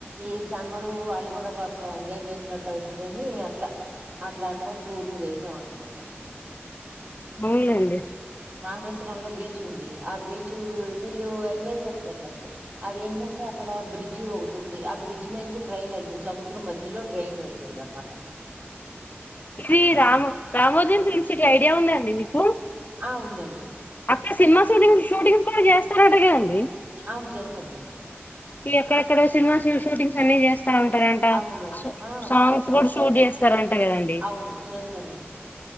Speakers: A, on the right; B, on the left.
A: ఈ సమ్మర్ వాళ్ళు కూడా కాస్త ఎంజాయ్ చేసినట్టు అవుతదని. అట్ల అట్ల అట్ల టూర్లు వేసాం అనమాట
B: అవునండి
A: రామేశ్వరంలో బీచ్ ఉంది ఆ బీచ్ వీళ్ళు ఎంజాయ్ చేస్తారు కాస్త అదేంటంటే అక్కడ బ్రిడ్జ్ ఒకటుంది. ఆ బ్రిడ్జ్ నుంచి ట్రైన్ వెళ్తుంది సముద్రం మధ్యలో ట్రైన్ వెళ్తుంది అనమాట.
B: ఇది రామో రామోజీ ఫిల్మ్ సిటీ ఐడియా ఉంద అండి మీకు
A: ఆ ఉందండి
B: అక్కడ సినిమా షూటింగ్స్ షూటింగ్స్ కూడా చేస్తారట గదండి
A: అవును చేస్తారండి
B: ఎక్కడెక్కడ సినిమా షూటింగ్స్ అన్నీ చేస్ అంటరంట
A: అవును ఆ
B: సాంగ్స్ కూడా షూట్ చేస్తారంట కదండి
A: అవును చేస్తారండి